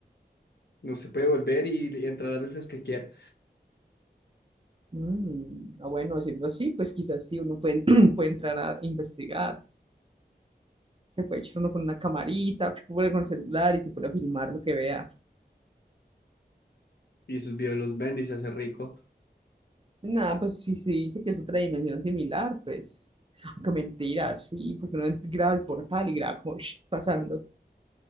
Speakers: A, on the left (about 80°); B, on the right (about 30°).
A: No se puede volver y, entrar las veces que quiera.
B: Mm, ah, bueno, siendo así, pues quizás sí uno puede, <clears throat> puede entrar a investigar. Se puede echar uno con una camarita, <smacks lips> puede con el celular y se puede filmar lo que vea.
A: Y sus videos los vende y se hace rico.
B: Nada, pues si se dice que es otra dimensión similar, pues. Aunque mentira, sí, porque uno graba el portal y graba como <smacks lips> pasando.